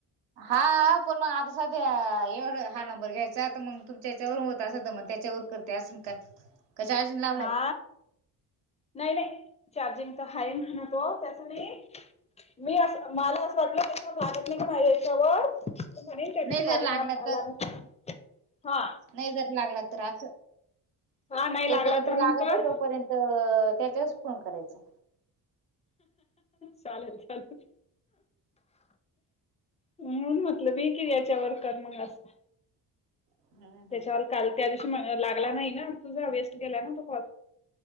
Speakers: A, on the right; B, on the left.
A: हा पण मग आता सध्या एवढं हा नंबर घ्यायचा त मग तुमच्या त्याच्यावर होत असेल तर मग त्याच्यावर करते असून काय कचार जिल्हा
B: हा नाही नाही चार्जिंग तर हाय म्हणतो त्याचनही मी असं मला असं वाटलं त्याच्यावर लागत नाही का माझ्या यच्यावर त्य म्हणे त्यादिवशी
A: नाही जर
B: लागणार
A: लागला तर
B: लागना हा
A: नाही जर लागला तर असं
B: हा नाही
A: जोपर्यंत
B: लागला तर
A: लागत
B: मग कर
A: आहे तोपर्यंत तर त्याच्याच फोन करायचा
B: चालल चालल म्हणून म्हटलं मी की याच्यावर कर मग असं
A: हम्म
B: त्याच्यावर
A: हम्म.
B: काल त्या दिवशी म्हणे लागला नाही ना तुझा वेस्ट गेला ना तो कॉल